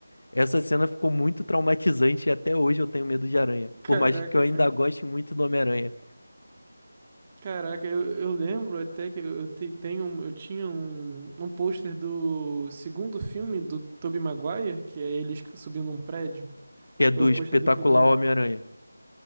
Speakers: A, on the left; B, on the right.
A: Essa cena ficou muito traumatizante e até hoje eu tenho medo de aranha.
B: Caraca,
A: Por mais que eu ainda
B: cara.
A: goste muito do Homem-Aranha,
B: Caraca, eu, eu lembro até que eu, te- tenho, um- eu tinha um, um pôster do segundo filme do Tobey Maguire, que é ele esc- subindo um prédio.
A: que é do
B: É o pôster
A: espetacular
B: do primeiro.
A: Homem-Aranha.